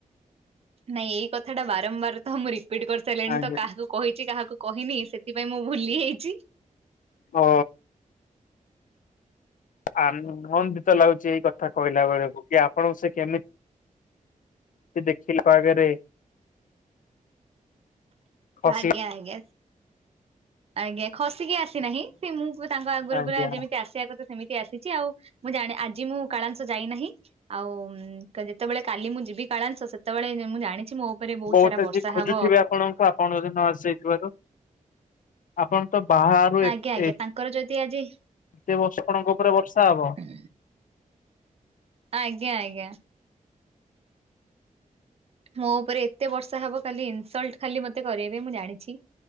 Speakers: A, on the right; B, on the left.
A: ନାଇଁ ଏଇ କଥା ଟା ବାରମ୍ବାର ତ ମୁଁ ରିପିଟ୍ କରିସାରିଲିଣି
B: ଆଜ୍ଞା
A: ତ କାହାକୁ। କହିଛି କାହାକୁ କହିନି ସେଥିପାଇଁ ମୁଁ ଭୁଲି ଯାଇଛି।
B: ଓ ଆନନ୍ଦିତ ଲାଗୁଛି ଏଇ କଥା କହିଲା ବେଳକୁ କି ଆପଣଙ୍କୁ ସେ କେମି ତି ଦେଖିଲା ପାଗେରେ। ଖସି
A: ଆଜ୍ଞା ଆଜ୍ଞା। ଆଜ୍ଞା ଖସିକି ଆସିନାହିଁ ସେ ମୁଁ ତାଙ୍କ ଆଗରୁ
B: ଆଜ୍ଞା
A: ପୁରା ଯେମିତି ଆସିବାକୁ କଥା ସେମି ଆସିଛି ଆଉ ମୁଁ ଜାଣି ଆଜି ମୁଁ କାଳାଂଶ ଯାଇନାହିଁ। ଆଉ ଉଁ କା ଯେତେବେଳେ କାଲି ମୁଁ ଯିବି କାଳାଂଶ ସେତେବେଳେ ମୁଁ ଜାଣିଛି ମୋ। ଉପରେ
B: ବହୁତ
A: ସାରା ବର୍ଷା
B: <unintelligible> ଖୋଜୁଥିବେ
A: ହବ
B: ଆପଣଙ୍କୁ ଆପଣ ଯଦି ନ ଆସି ଥିବାତ। ଆପଣ ତ ବାହାରୁ ଏ
A: ଆଜ୍ଞା ଆଜ୍ଞା
B: ଏତେ
A: ତାଙ୍କର ଯଦି ଆଜି
B: ବର୍ଷ ଆପଣଙ୍କ ଉପରେ ବର୍ଷା ହବ।
A: ହଁ। ଆଜ୍ଞା ଆଜ୍ଞା। ମୋ ଉପରେ ଏତେ ବର୍ଷା ହବ କାଲି ଇନସଲ୍ଟ ଖାଲି ମତେ କରେଇବେ ମୁଁ ଜାଣିଛି।